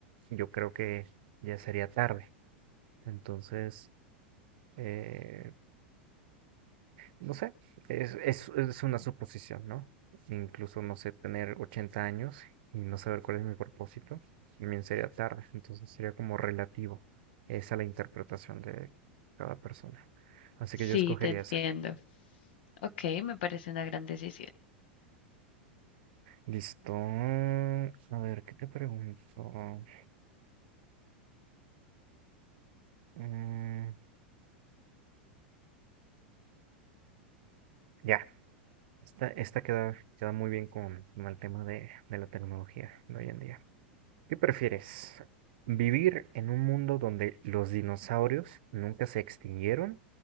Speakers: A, on the right; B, on the left.
A: yo creo que ya sería tarde. Entonces, eh, No sé, es, es, es una suposición, ¿no? Incluso, no sé, tener 80 años y no saber cuál es mi propósito, también sería tarde. Entonces sería como relativo. Esa la interpretación de cada persona. Así
B: Sí,
A: que yo escogería
B: te entiendo.
A: esa.
B: Ok, me parece una gran decisión.
A: Listo. A ver, ¿qué te pregunto? Mm, ya, esta, esta queda, queda muy bien con, con el tema de, de la tecnología de hoy en día. ¿Qué prefieres? ¿Vivir en un mundo donde los dinosaurios nunca se extinguieron